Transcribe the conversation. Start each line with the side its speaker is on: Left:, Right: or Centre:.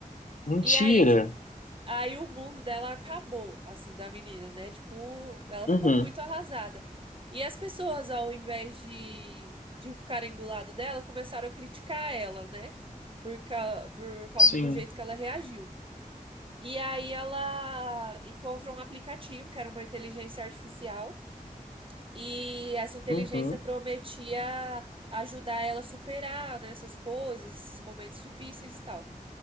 Left: Mentira.
Right: E aí, Aí o mundo dela acabou, assim, da menina, né? Tipo, ela
Left: Uhum,
Right: ficou muito arrasada. E as pessoas, ao invés de, de ficarem do lado dela, começaram a criticar ela, né? Por, ca- por causa
Left: sim.
Right: do jeito que ela reagiu. E aí ela encontrou um aplicativo, que era uma inteligência artificial, e essa inteligência
Left: Uhum,
Right: prometia ajudar ela a superar, né, essas coisas, esses momentos difíceis e tal.